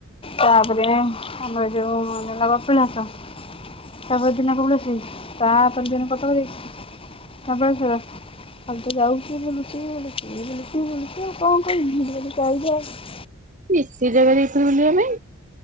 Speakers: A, on the left; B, on the right.
A: ତାପରେ ଆମର ଯୋଉ ହେଲା କପିଳାସ। ତାପର ଦିନ <unintelligible> ତାପର ଦିନ କଟକ ଯାଇ ଧବଳେଶ୍ଵର ଖାଲି ତ ଯାଉଚି ବୁଲୁଚି ବୁଲୁଚି। ଏଇ ବୁଲୁଚି ବୁଲୁଚି ଆଉ କଁ <unintelligible>
B: ତୁ ଏତେ ଜାଗା ଯାଇଥିଲୁ ବୁଲିଆ ପାଇଁ।